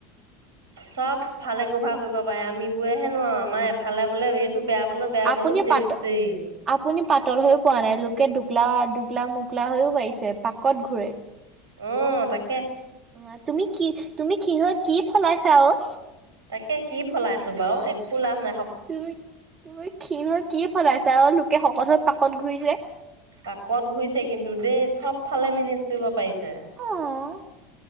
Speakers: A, on the right; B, on the right.
A: চব ভালে গোভ <unintelligible> কৰিব পাৰে আমি বোৰে হেনোৱাৰো আমাৰ এফালে বোলে বেয়া পালোঁ বেয়া
B: আপুনি
A: পালোঁ চেচ
B: পাত
A: চেই
B: আপুনি পাতল হৈও পোৱা নাই লোকে দুকলা <unintelligible> দোকলা মোকলা হৈয়ও পাইছে পাকত ঘূৰে। <unintelligible>
A: অ তাকে
B: অ তুমি কি তুমি খিণ হৈ কি ফলাইছা অ <unintelligible>
A: তাকে কি ফলাইছো বাৰু একো লাভ না
B: তুমি, তুমি ক্ষিণ‌হৈ কি ফলাইছা অ' লো কে শকত হৈ পাকত ঘূৰিছে।
A: পাকত ঘুৰিছে কিন্তু দেই। চব ফালে মেনেজ কৰিব পাৰিছে।
B: অ'!